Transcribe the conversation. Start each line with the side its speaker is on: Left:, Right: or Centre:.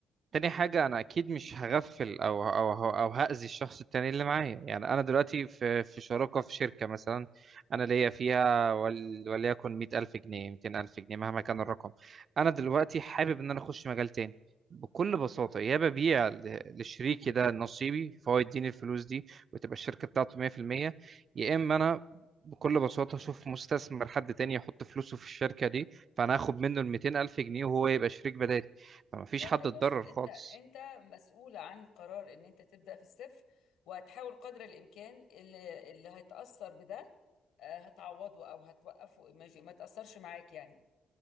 Right: تاني حاجة أنا أكيد مش هغفل أو أو أو أو هأذي الشخص التاني اللي معايا يعني أنا دلوقتي في في شراكة في شركة مثلا أنا ليا فيها ول- وليكن مية ألف جنيه ميتين ألف جنيه مهما كان الرقم أنا دلوقتي حابب إن أنا أخش مجال تاني بكل بساطة يا ببيع ل- لشريكي ده نصيبي فهو يديني الفلوس دي وتبقى الشركة بتاعته 100% يا إما أنا بكل بساطة أشوف مستثمر حد تاني يحط فلوسه في الشركة دي فأنا هاخد منه ال 200 ألف جنيه وهو يبقى شريك بدالي. فما فيش
Left: يعني
Right: حد
Left: انت تقصد
Right: اتضرر خالص
Left: انت انت مسؤول عن قرار ان انت تبدأ في الصفر وهتحاول قدر الامكان اللي اللي هيتأثر بده آه، هتعوضه او هتوقفه ما يجي- ما تأثرش معاك يعني